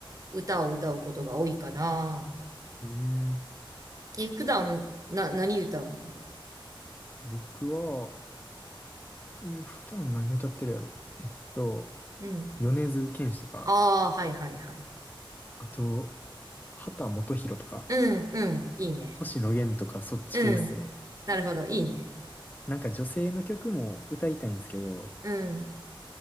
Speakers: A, on the right; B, on the left.
A: 歌を歌うことが多いかな。
B: うん。
A: え、普段、な、何歌うの
B: 僕は、うん、普段何歌ってるやろ。えっと、
A: うん。
B: 米津玄師とか、
A: ああ、はいはいはい。
B: あと、秦基博とか。
A: うん、うん、いいね。
B: 星野源とかそっち系ですね。
A: うん。なるほど、いいね。
B: なんか女性の曲も歌いたいんですけど、
A: うん。